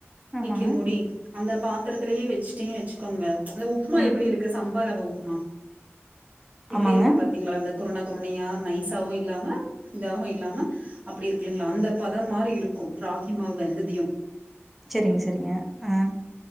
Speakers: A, in the centre; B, on the right.
A: ஆமாங்க.
B: இட்லி மூடி அந்த பாத்திரத்திலயே வெச்சுட்டீங்கனு வெச்சுக்கோங்க அந்த உப்மா
A: ம்
B: எப்படி இருக்கு சம் பரவ உப்மா எப்புடி
A: ஆமாங்க.
B: இருக்கு பாத்தீங்ளா அந்த குருன குருனையா நைஸாவு இல்லாம இதாகவு இல்லாம அப்புடி இருக்கில்லிங்களா அந்த பதம் மாரி இருக்கு ராகி மாவு வெந்துதையு
A: செரிங் செரிங்க அ